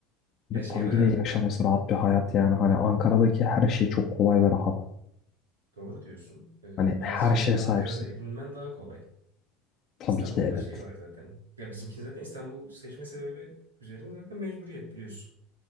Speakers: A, on the right; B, on the left.
A: Ya
B: ve
A: şey
B: tabii
A: var
B: ki
A: abi.
B: de yaşaması rahat bir hayat yani. Hani Ankara'daki her şey çok kolay ve rahat.
A: Doğru diyorsun. Ee,
B: Hani
A: bazı
B: her
A: şeyleri
B: şeye sahipsin.
A: Ankara'da edinmen daha kolay.
B: Tabii
A: İstanbul'da
B: ki de evet.
A: da şey var zaten. Ya bizimki zaten İstanbul seçme sebebi üzerinde zaten mecburiyet biliyorsun.